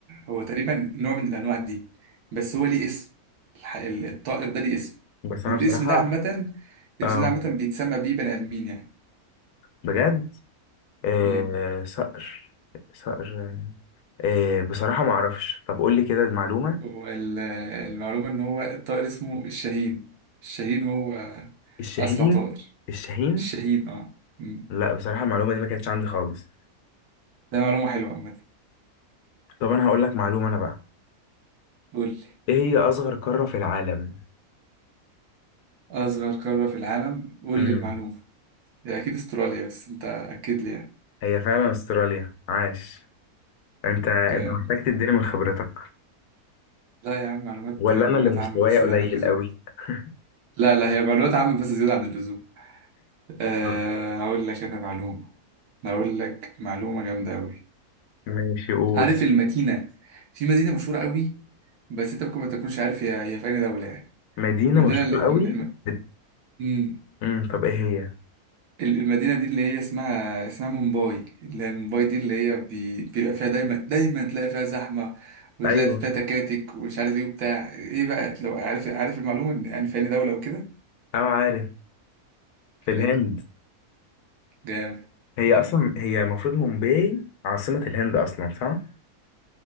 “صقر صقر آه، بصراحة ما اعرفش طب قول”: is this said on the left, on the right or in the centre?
Left